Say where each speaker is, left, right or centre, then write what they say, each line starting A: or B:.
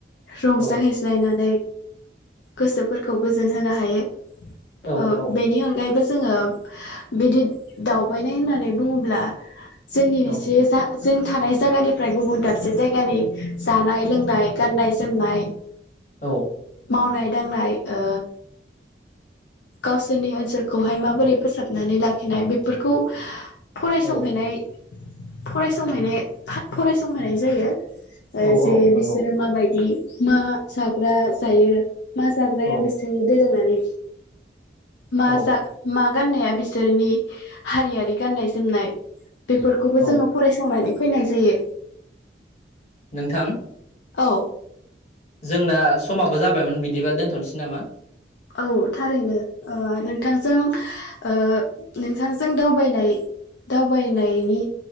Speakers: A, on the left; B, on the left.
A: रंजाहैज्लायनानै
B: औ
A: गोसोफोरखौ गोजोन होनो हायो ओ
B: औ औ
A: बेनि अनगायैबो जोङो बिदि दावबायनाय होननानै बुंङोब्ला जोंनि
B: औ
A: बिसे जों थानाय जायगानिफ्राय गुबुन दाबसे जायगानि जानाय लोंनाय गाननाय जोमनाय
B: औ
A: मावनाय दांनाय ओ गावसोरनि ओनसोलखौहाय माबोरै फोसाबनानै लाखिनाय बेफोरखौ फरायसंहैनाय
B: औ
A: फरायसंहैनाय फरायसंहैनाय जायो ओ
B: औ
A: जे
B: औ नंगौ
A: बिसोरो माबायदि मा जाग्रा जायो मा जाग्राया
B: औ
A: बेसेनदों जोंहानि माजा
B: औ
A: मा गाननाया बिसोरनि हारियारि गाननाय जोमनाय बेफोरखौबो
B: औ
A: जोङो फैनाय जायो
B: नोंथां
A: औ
B: जोंना समाबो जाबायमोन बिदिबा दोनथनोसै नामा
A: औ थारैनो ओ नोंथांजों ओ नोंथांजों दावबायनाय दावबायनायनि